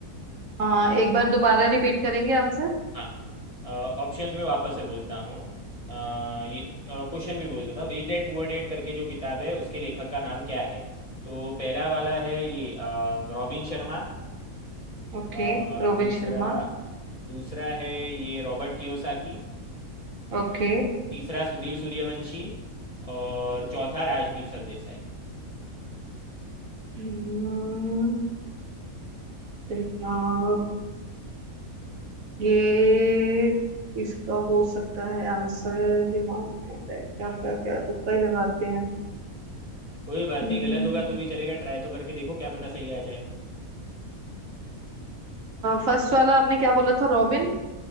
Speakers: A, on the right; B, on the left.
A: आ, एक बार दोबारा रिपीट करेंगे answer
B: हाँ ऑप्शंस में वापस से बोलता हूँ अ, ये क्वेश्चन भी बोल देता हूँ रिच डैड पुअर डैड करके जो किताब है उसके लेखक का नाम क्या है तो पहला वाला है ये अ, रॉबिन शर्मा
A: Okay
B: अ,
A: Robin
B: दूसरा
A: Sharma
B: दूसरा है ये रॉबर्ट कियोसाकी
A: Okay
B: तीसरा सुधीर सूर्यवंशी और चौथा राजदीप सरदेसाई
A: हम्म दिमाग ये इसका हो सकता है आंसर दिमाग में आ रहा है। क्या क्या क्या तुक्का ही लगाते हैं
B: कोई बात
A: हम्म
B: नहीं गलत होगा तो भी चलेगा ट्राई तो करके देखो क्या पता सही आ जाए
A: फर्स्ट वाला आपने क्या बोला था Robin